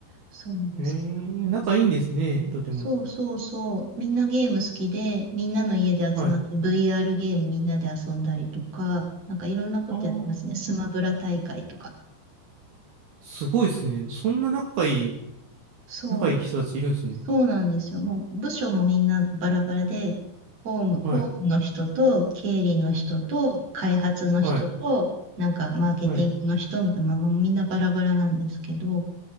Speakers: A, on the right; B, on the right.
A: そうそう、
B: えー、仲いいんですね、とても。
A: そうそうそう、みんなゲーム好きで、みんなの家で集まって
B: はい。
A: VR ゲームみんなで遊んだりとか、なんかいろんなことやってますね。
B: ああ、
A: スマブラ大会とか。
B: すごいですね。そんな仲いい、
A: そう
B: 仲いい人たちいるんですね。
A: そうなんですよ。もう部署もみんなバラバラで、ホーム、ホームの人と、
B: はい、
A: 経理の人と、開発の人と、
B: はい、
A: なんかマーケティングの人みたいな、
B: はい。
A: もうみんなバラバラなんですけど、